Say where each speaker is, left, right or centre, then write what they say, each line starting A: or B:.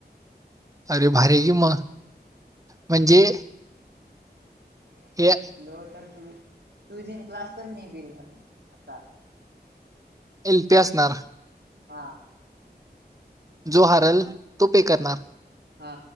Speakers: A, on the right (about 20°); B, on the right (about 80°).
A: अरे भारी कि म म्हणजे.
B: नाही
A: हे
B: जिंकलो तर तू तू जिंकलास तर मी बील भरणार असा आहे.
A: एल तेसणार.
B: हा.
A: जो हारल तो पे करणार.
B: हा